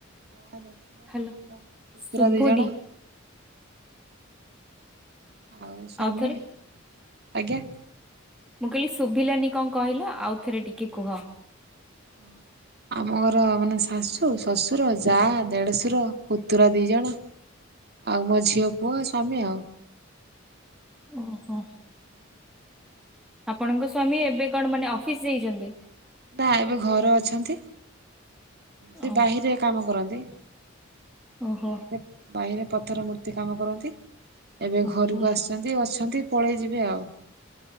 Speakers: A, on the right (about 50°); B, in the centre.
A: ଯା ଦେଢ଼ଶୁର
B: ହାଲୋ
A: <inaudible> ପୁତୁରା
B: ଶୁଭୁନି
A: ଦୁଇଜଣ। ଆଉ ସ୍ୱାମୀ
B: ଆଉଥରେ
A: ଆଜ୍ଞା।
B: ମୁଁ କହିଲି ଶୁଭିଲାନି କଣ କହିଲ ଆଉ ଥରେ ଟିକେ କୁହ।
A: ହଁ। ଆମ ଘର ମାନେ ଶାଶୁ ଶ୍ୱଶୁର ଯା ଦେଢଶୁର ପୁତୁରା ଦି ଜଣ। ଆଉ ମୋ ଝିଅ ପୁଅ ଶ୍ୱାମୀ ଆଉ।
B: ଓହୋ। ଆପଣଙ୍କ ସ୍ୱାମୀ ଏବେ କଣ ମାନେ ଅଫିସ ଯାଇଛନ୍ତି?
A: ନା ଏବେ ଘରେ ଅଛନ୍ତି ସେ
B: ଓ
A: ବାହିରେ କାମ କରନ୍ତି।
B: ଓହୋ
A: ବା ବାହିରେ ପଥର ମୂର୍ତ୍ତି କାମ କରନ୍ତି ଏବେ
B: ଓହୋ
A: ଘରକୁ ଆସୁ ଛନ୍ତି ଅଛନ୍ତି ପଳେଇ ଯିବେ ଆଉ।